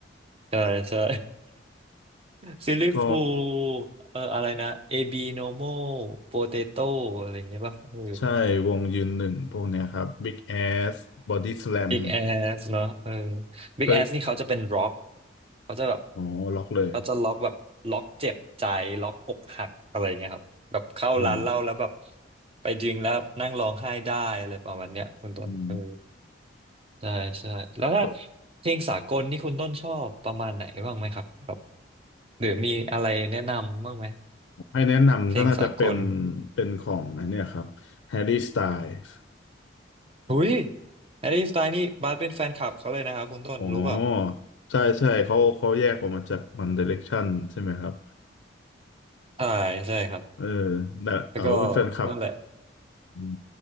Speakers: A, on the right; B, on the left.
A: ใช่ใช่ <laughs> ซิลลี่ฟู
B: <laughs> ก็
A: เอ่ออะไรนะเอบีโนโมโปเตโต้อะไรอย่างเงี้ยป่ะเออ
B: ใช่วงยืนหนึ่งพวกเนี้ยครับ Big Ass Body Slam
A: บิ๊กแอสเนาะเออบิ๊กแอสนี่เขาจะเป็นร็อก
B: เคย
A: เขาจะแบบ
B: อ๋อล็อกเลย
A: เขาจะล็อกแบบล็อกเจ็บใจล็อกอกหักอะไรอย่างเงี้ยครับแบบเข้าร้านเหล้าแล้วแบบ
B: อืม
A: ไปดริงแล้วนั่งร้องไห้ได้อะไรประมาณเนี้ยคุณต้นเออ
B: อืม
A: ใช่ใช่แล้วถ้า
B: ก็
A: เพลงสากลนี่คุณต้นชอบประมาณไหนบ้างไหมครับแบบหรือมีอะไรแนะนำบ้างไหม
B: ให้แนะนำก็น่าจะเป็น
A: เพลงสากล
B: เป็นของไอันเนี้ยครับ Harry Styles
A: หุยแฮร์รี่สไตล์นี่บาสเป็นแฟนคลับเขาเลยนะครับคุณต้นรู้เปล่า
B: อ๋อใช่ใช่เขาเขาแยกออกมาจาก One Direction ใช่ไหมครับ
A: ใช่ใช่ครับ
B: เออแต่เออเป็นแฟนคลับ
A: แล้วก็นั่นแหละ
B: อม